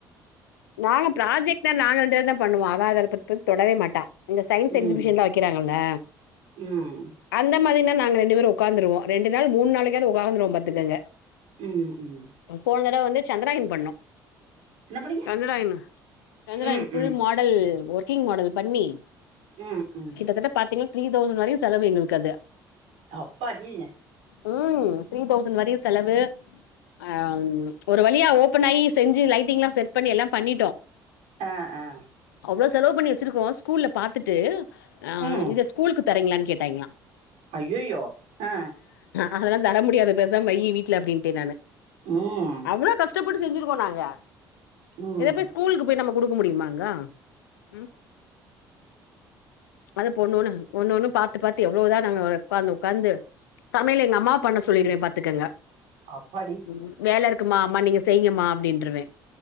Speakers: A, on the left (about 85°); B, on the right (about 65°).
A: நாங்க ப்ராஜெக்ட்ல நானு ரெண்டு பேருதா பண்ணுவோ அவ அத பத்த தொடவே மாட்டா இந்த சயின்ஸ்
B: ம்
A: எக்ஸிபிஷன்லா வக்குறாங்கல்ல
B: ம்
A: அந்த மாதிரினா நாங்க ரெண்டு பேரு ஒக்காந்துருவோ ரெண்டு நாள் மூனு நாளைக்காவது ஒக்காந்துருவோ பாத்துக்கோங்க
B: ம் ம்
A: போன தடவ வந்து சந்ராயன் பண்ணோ
B: என்ன பண்ணீங்க
A: சந்ராயனு சந்ராயன்
B: ம்
A: ஃபுல்
B: ம்
A: மா ல ஒர்க்கிங் மாடல் பண்ணி
B: ம் ம்
A: கிட்டத்தட்ட பாத்தீங்னா த்ரீ தௌசண்ட் வரையு செலவு எங்களுக்கு அது
B: அப்பாடி
A: உம் த்ரீ தௌசண்ட் வரையு செலவு ஆ ஒரு வழியா ஓபன் ஆகி செஞ்சு லைட்டிங் எல்லா செட் பண்ணி எல்லா பண்ணிட்டோ
B: ஆ ஆ
A: அவ்வளவு செலவு பண்ணி வச்சிருக்கோ ஸ்கூல்ல பாத்துட்டு ஆ
B: ம்
A: இந்த ஸ்கூலுக்கு தரீங்களானு கேட்டாங்களா
B: அய்யயோ ஆ
A: அதெல்லா தர முடியாது பேசாமா வய்யி வீட்ல அப்டின்டே நானு
B: உம்
A: எவ்ளோ கஷ்டபட்டு செச்சுருக்கோ நாங்க
B: ம்
A: இத போய் ஸ்கூலுக்கு போய் நம்ம குடுக்க முடியுமாங்க உம் அத பொண்ணுன்னு ஒன்னு ஒன்னு பாத்து பாத்து எவ்ளோ இதா நாங்க வளத் ஒக்காந்து ஒக்காந்து சமையல எங்க அம்மாவ பண்ண சொல்லிருவே பாத்துக்கங்க
B: அப்பாடி
A: ம் வேல இருக்குமா அம்மா நீங்க செய்ங்கமா அப்டின்ருவே